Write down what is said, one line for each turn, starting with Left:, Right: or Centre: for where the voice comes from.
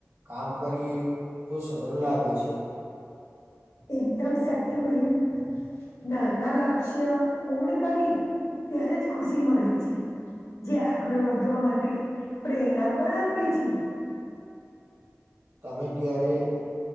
Right: કામ કરીએ તો સરળ લાગે છે
Left: એકદમ સાચું કહ્યું નાના લક્ષ્ય પૂર્ણ કરી ત્યારે જ ખુશી મળે છે જે આગળ વધવા માટે પ્રેરણા પણ આપે છે
Right: તમે ક્યારે